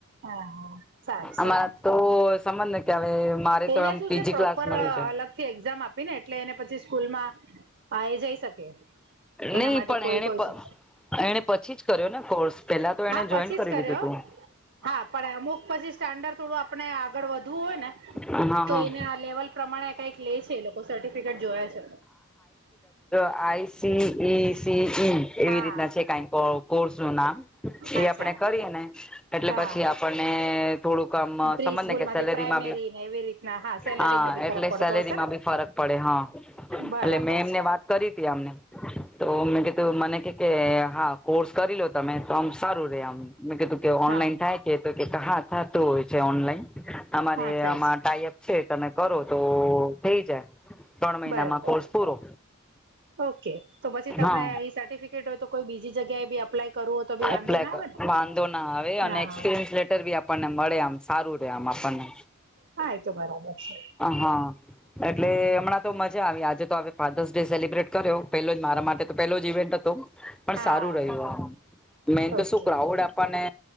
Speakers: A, on the right; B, in the centre.
A: હા હા સારું સારું
B: અમારા તો સમજ ને કે અવે મારે તો
A: એને
B: એમ
A: શું
B: પીજી
A: છે પ્રોપર
B: ક્લાસ મળ્યું છે.
A: અલગ થી એક્ઝામ આપીને એટલે એને પછી સ્કૂલ માં આ એ જઈ શકે એના
B: નહી
A: માટે
B: પણ
A: કોઈ
B: એણે
A: કોઈ છે
B: એણે પછી જ કર્યો ને કોર્સ પેલા તો એને
A: હા પછી
B: જોઈન કરી
A: જ કર્યો
B: લીધું તું
A: હા પણ અમુક પછી સ્ટાન્ડર્ડ થોડું આપણે આગળ વધવું હોય ને
B: હા હા
A: તો એને આ લેવલ પ્રમાણે કઈક લે છે એ લોકો સર્ટિફિકેટ જોયા છે.
B: આઈસીઈસી ઈ એવી
A: હા
B: રીતના છે કઈ કોર્સ નું નામ એ
A: અચ્છા
B: આપણે કરીએ ને એટલે
A: હા
B: પછી આપણને થોડુંકામ
A: પ્રી
B: સમજ
A: સ્કૂલ
B: ને કે
A: માંથી
B: સેલેરીમાં
A: પ્રાઈમેરી
B: બી
A: ને એવી રીતના સેલેરીમાં
B: હા
A: બી
B: એટલે
A: ફરક પડતો
B: સેલેરીમાં
A: હશે ને
B: બી ફરક પડે હા
A: બરાબર
B: એટલે મેં એમને
A: છે
B: વાત કરી મને <unintelligible> તો મેં કધું મને કે કે હા કોર્સ કરી લો તમે તો આમ સારું રે આમ મેં કીધું કે ઓનલાઈન
A: હા
B: થાય કે હા થતું હોય છે ઓનલાઈન અમારે
A: હા થાય
B: આમાં
A: છે
B: ટાઈઅપ છે તમે કરો તો થઈ જાય. ત્રણ મહિનામાં
A: બરાબર
B: કોર્સ પૂરો
A: ઓકે તો પછી તને
B: હા
A: એ સર્ટિફિકેટ હોય તો કોઈ બીજી જગ્યાએ બી અપ્લાય કરવું હોય તો બી વાંધો
B: એપ્લાય
A: ના આવે- ને
B: વાંધો ના આવે અને
A: હા
B: એક્સપિરિયન્સ લેટર બી આપણને મળે આમ સારું રે આમ આપણને
A: હા એ તો બરાબર છે
B: હા એટલે હમણાં તો મજા આવી આજે તો હ ફાધર્સ ડે સેલિબ્રેટ કર્યો પેલો જ મારા માટે તો પેલો જ ઇવેન્ટ હતો. પણ
A: હા
B: સારું રહ્યું મેન તો
A: ઓકે
B: શું ક્રાઉડ આપને